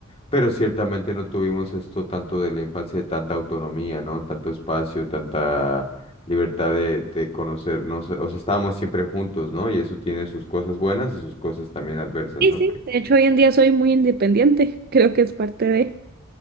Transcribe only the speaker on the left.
pero ciertamente no tuvimos esto tanto de la infancia, de tanta autonomía, ¿no? Tanto espacio, tanta libertad de, de conocernos, o sea, estábamos siempre juntos, ¿no? Y eso tiene sus cosas buenas y sus cosas también adversas,
¿no?
Que-